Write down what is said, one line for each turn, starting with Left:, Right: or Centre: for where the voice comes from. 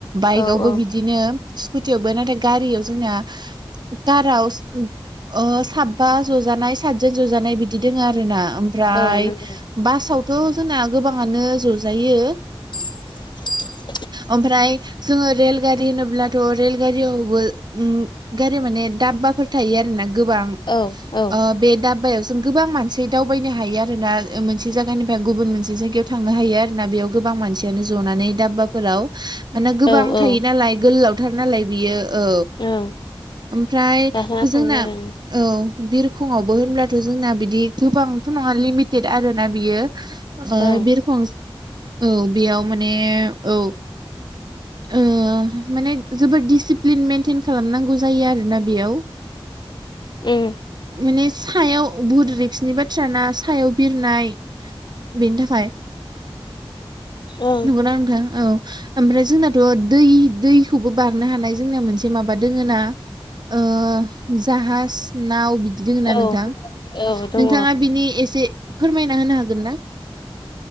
Right: बाइकआवबो
Left: औ औ
Right: बिदिनो। स्कुटियावबो नाथाय गारियाव जोंना। दाराव ओ साबबा ज'जानाय सातजोन जजानाय बिदि दोङ आरो ना। ओमफ्राय
Left: औ नंगौ
Right: बासावथ' जोंना गोबाङानो जजायो।
Left: <unintelligible>
Right: ओमफ्राय जोङो रेलगारि होनोब्लाथ' रेलगारियावबो उम गारियाव माने दाब्बाफोर थायो आरो ना गोबां।
Left: औ औ
Right: ओ बे दाब्बायावसो जों गोबां मानसि दावबायनो हायो आरोना। ओ मोनसे जायगानिफ्राय गुबुन मोनसे जायगायाव थांनो हायो आरोना। बेयाव गोबां मानसियानो जनानै दाब्बाफोराव मानो गोबां
Left: औ औ
Right: थायो नालाय। गोलावथार नालाय। बियो औ
Left: ओं
Right: ओमफ्राय
Left: गाखोना
Right: हुजोंना
Left: थाङो आरो
Right: औ बिरखंआवबो होनब्लाथ' जोंना बिदि गोबांथ' नङा लिमिटेड आरोना बियो। ओ
Left: ओं
Right: बिरखं औ बेयाव माने औ। ओ माने जोबोद दिडिसिप्लिन मेेनटेन खालामनांगौ जायो आरोना बेयाव।
Left: ओं
Right: माने सायाव बुद रिक्सनि बाथ्राना। सायाव बिरनाय बेनि थाखाय
Left: ओं
Right: नंगौना नोंथां औ। ओमफ्राय जोंनाथ' दै दैखौबो बारनो हानाय जोंना मोनसे माबा दोङो ना। ओ जाहाज नाव बिदि दोङो ना
Left: औ
Right: नोंथां। नोंथाङा
Left: औ दङ
Right: बिनि एसे फोरमायना होनो हागोन ना?